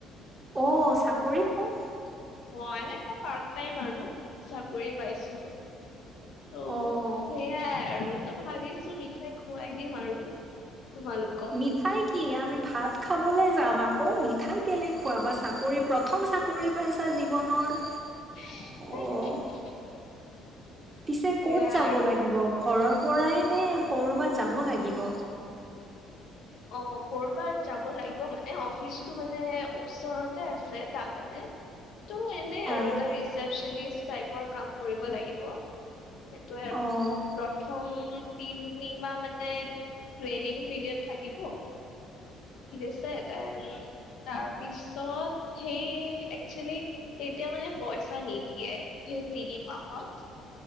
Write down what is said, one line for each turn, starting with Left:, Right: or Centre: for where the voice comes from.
Right: অ, চাকৰি পচ
Left: পোৱা নাই এটা পাৰ্ট টাইম আৰু চাকৰি পাইছিলোঁ। ত'
Right: অ'।
Left: সেয়াই আৰু তো ভাবিছোঁ মিঠাই খোৱাই দিম আৰু। তোমালোকক
Right: মিঠাই কি আমি ভাত খাব কলৈ যাম আকৌ মিঠাই কেলে খোৱাবা, চাকৰি প্ৰথম চাকৰি পাইছা জীৱনৰ।
Left: <unintelligible>
Right: অ'। পিছে
Left: সেয়াই
Right: ক'ত যাব
Left: আৰু
Right: লাগিব ঘৰৰ পৰাই নে ক'ৰবাত যাব লাগিব।
Left: অ' কৰ'বাত যাব লাগিব মানে অফিচটো মানে ওচৰতে আছে তাৰ মানে ত এনে আৰু
Right: অ',
Left: এটা ৰিচিপচনিষ্ট টাইপৰ কাম কৰিব লাগিব। সেইটোয়ে আৰু
Right: অ',
Left: প্ৰথম তিনিমাহ মানে ট্ৰেইনিং পিৰিয়ড। থাকিব। ঠিক আছে দেন তাৰপিছত সেই একচেলি তেতি তেতিয়া মানে পইচা নিদিয়ে সেই তিনি মাহত।